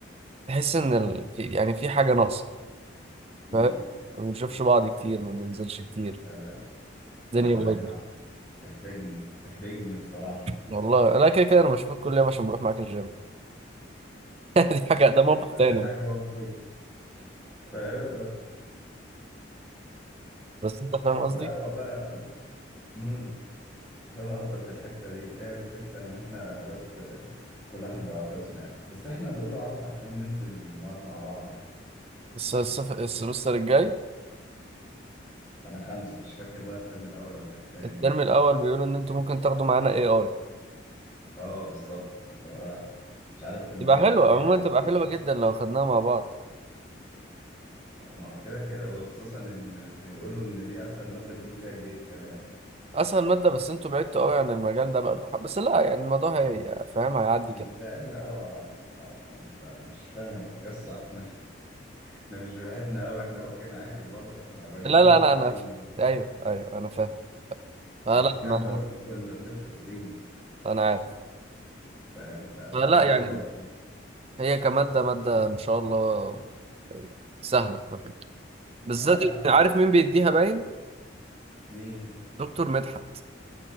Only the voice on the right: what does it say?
تحس ان ال... في يعني في حاجة ناقصة
فاهم ما بنشوفش بعض كتير ما بننزلش كتير
الدنيا بايظة
والله انا كده كده انا بشوفك كل يوم عشان بروح معاك الجيم <laughs> دي حاجة ده موقف
تاني
بس انت فاهم قصدي
الس- السف- السمستر الجاي
الترم الاول بيقول ان انتوا ممكن تاخدوا معانا اي اي
تبقى حلوة
عموما
تبقى
حلوة جدا لو خدناها مع بعض
اسهل مادة بس انتوا بعدتوا قوي عن المجال ده بقالكم حب- بس لا يعني الموضوع هي فاهم هيعدي
كده
لا لا
لا انا
<laughs>
ايوه ايوه انا فاهم آه
لا
ما
انا عارف
آه لا
يعني
هي كمادة مادة ان شاء الله سهلة خفيفة. بالذات
انت
عارف مين بيديها باين
دكتور مدحت